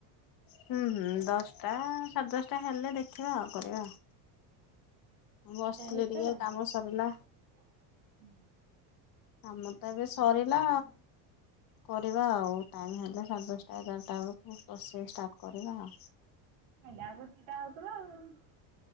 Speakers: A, on the left (about 45°); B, on the right (about 75°).
A: ହୁଁ ହୁଁ ଦଶଟା ସାଢ଼େ ଦଶଟା ହେଲେ ଦେଖିବା ଆଉ କରିବା ଆଉ। ମୁଁ ବସିଥିଲି
B: ହିଟର
A: ଟିକେ କାମ
B: ନା?
A: ସରିଲା।
B: <inaudible>
A: ଆମ
B: ମାଛ
A: ତ ଏବେ
B: ଭଜା
A: ସରିଲା
B: ଅଣ୍ଡା ଚାଲିଛି
A: କରିବା ଆଉ ଟାଇମ ହେଲେ ସାଢ଼େ ଦଶଟା ଏଗାରଟା ବେଳକୁ ବସିକି ଷ୍ଟାର୍ଟ କରିବା ଆଉ।
B: <unintelligible>